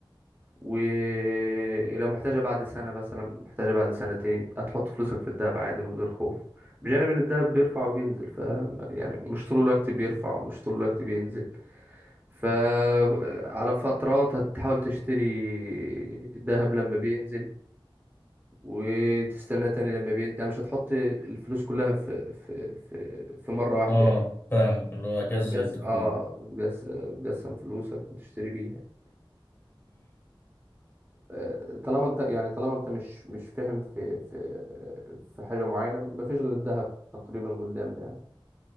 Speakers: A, on the right; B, on the left.
A: ولو محتاجها بعد سنه مثلا محتاجها بعد سنتين هتحط فلوسك في الذهب عادي من غير خوف بجانب ان الذهب بيرفع وبينزل ف يعني مش طول الوقت بيرفع ومش طول الوقت بينزل ف على فترات هتحاول تشتري ذهب لما بينزل وتستنى تاني لما بي... يعني مش هتحط الفلوس كلها في في في, في مرة واحدة
B: اه
A: يعني
B: فاهمك اللي هو جذر
A: هتجس
B: الدخول
A: اه بتجس... بتجسم فلوسك وتشتري بيها آه، طالما انت يعني طالما انت مش مش فاهم في في في حاجة معينة مفيش غير الذهب تقريبا قدامنا يعني